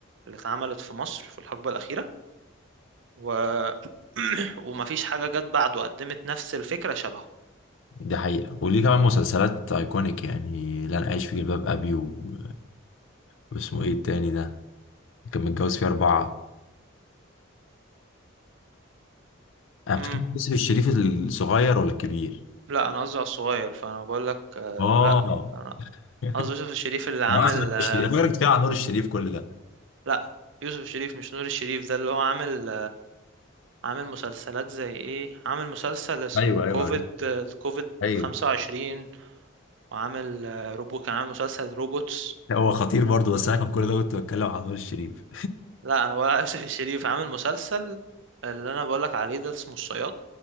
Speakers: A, on the right (about 60°); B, on the left (about 65°).
A: اللي اتعملت في مصر في الحقبه الاخيره و <clears throat> ومفيش حاجه جت بعده قدمت نفس الفكره شبهه
B: دي حقيقة وليه كمان مسلسلات ايكونيك يعني لن اعيش في جلباب ابي و... واسمه ايه التاني ده كان متجوز فيه اربعة انا بتكلم
A: امم
B: عن يوسف الشريف الصغير ولا الكبير
A: لا انا قصدي على الصغير فانا بقول لك آه
B: اه
A: لا انا
B: <laughs>
A: قصدي يوسف الشريف اللي عامل
B: انا اقصد يوسف
A: آه
B: الشريف فاكرك بتتكلم عن نور الشريف كل ده
A: لا يوسف الشريف مش نور الشريف ده اللي هو عامل عامل مسلسلات زي ايه عامل مسلسل اسمه
B: ايوه ايوه
A: كوفيد كوفيد
B: ايوه
A: 25 وعامل آه، روبو كان عامل مسلسل روبوتس
B: هو خطير برضه بس انا كان كل ده كنت بتكلم عن نور الشريف
A: لا انا ولا يوسف الشريف <laughs> عامل مسلسل اللي انا بقولك عليه ده اسمه الصياد